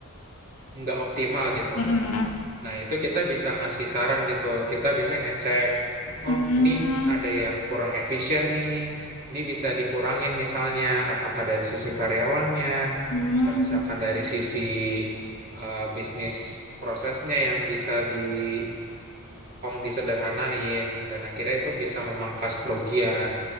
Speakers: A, on the right (about 45°); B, on the left (about 60°).
A: nggak optimal gitu.
B: mm,
A: Nah, itu kita bisa ngasih saran gitu. Kita biasanya ngecek,
B: mm,
A: oh
B: mm,
A: ini ada yang kurang efisien nih. Ini bisa dikurangin misalnya, apakah dari sisi karyawannya,
B: mm.
A: atau misalkan dari sisi eh, bisnis prosesnya yang bisa dipotong, disederhanain, dan akhirnya itu bisa memangkas kerugian.